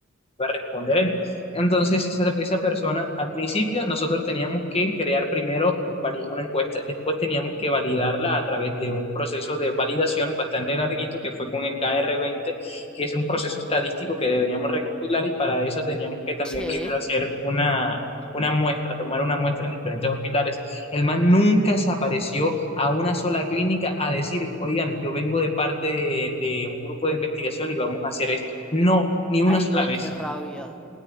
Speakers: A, on the left; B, in the centre.
A: iba a responder entonces, esa, esa persona, al principio, nosotros teníamos que crear primero un vali- una encuesta, después teníamos que validarla a través de un proceso de validación bastante larguito que fue con el K R veinte que es un proceso estadístico que deberíamos recopilar y para eso teníamos que también
B: sí.
A: primero hacer una, una muestra, tomar una muestra en diferentes hospitales. El man nunca se apareció a una sola clínica a decir, oigan, yo vengo de parte de, de un grupo de investigación y vamos a hacer esto. No, ni una
B: Ay,
A: sola
B: no, qué
A: vez.
B: rabia.